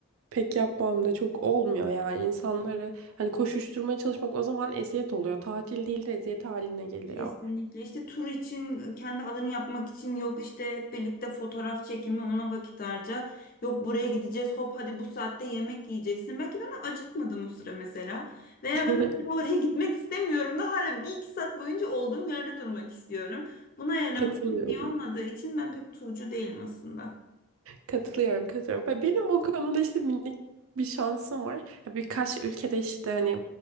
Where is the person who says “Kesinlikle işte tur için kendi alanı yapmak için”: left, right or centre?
Left